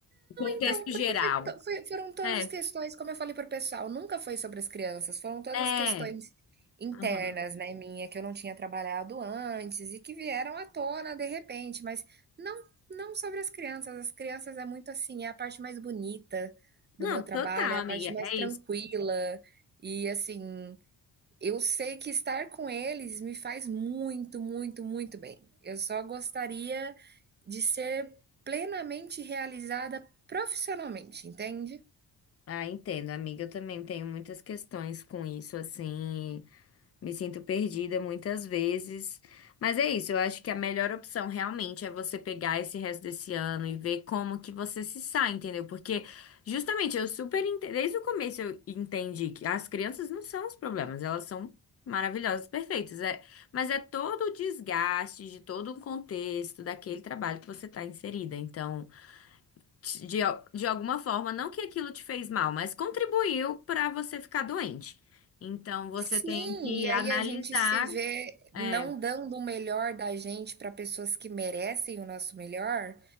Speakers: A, on the left (about 40°); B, on the right (about 30°).
A: o contexto
B: Então, porque
A: geral.
B: foi, to- foi- foram todas
A: É,
B: as questões, como eu falei para o pessoal, nunca foi sobre as crianças, foram todas
A: é.
B: questões internas,
A: Aham.
B: né, minha, que eu não tinha trabalhado antes e que vieram à tona de repente, mas não, não sobre as crianças. As crianças é muito assim, é a parte mais bonita do
A: Não,
B: meu trabalho,
A: total,
B: é a
A: amiga,
B: parte mais
A: é
B: tranquila
A: isso.
B: e assim, eu sei que estar com eles me faz muito, muito, muito bem. Eu só gostaria de ser plenamente realizada profissionalmente, entende?
A: Ah, entendo, amiga. Eu também tenho muitas questões com isso, assim. Me sinto perdida muitas vezes. Mas é isso, eu acho que a melhor opção realmente é você pegar esse resto desse ano e ver como que você se sai, entendeu? Porque justamente eu super ente- desde o começo eu entendi que as crianças não são os problemas, elas são maravilhosas, perfeitas, é, mas é todo o desgaste de todo o contexto daquele trabalho que você está inserida. Então, te- de, al- de alguma forma, não que aquilo te fez mal, mas contribuiu para você ficar doente. Então, você
B: Sim,
A: tem que
B: e aí
A: analisar.
B: a gente se vê
A: É,
B: não dando o melhor da gente para pessoas que merecem o nosso melhor,